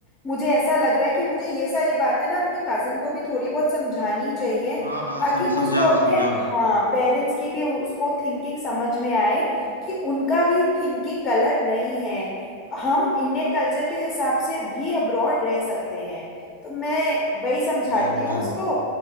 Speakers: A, on the left (about 25°); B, on the right (about 90°).
A: मुझे ऐसा लग रहा है कि मुझे ये सारी बातें ना अपने कजिन को भी थोड़ी बहुत समझानी चाहिए
B: हाँ हाँ
A: ताकि
B: सम, समझाओ
A: उसको अपने
B: समझाओ
A: हाँ पेरेंट्स की भी उसको थिंकिंग समझ में आए कि उनका भी थिंकिंग गलत नहीं है हम इंडियन कल्चर के हिसाब से भी अब्रॉड रह सकते हैं तो मैं वही समझाती
B: जरूर
A: हूँ
B: जरूर
A: उसको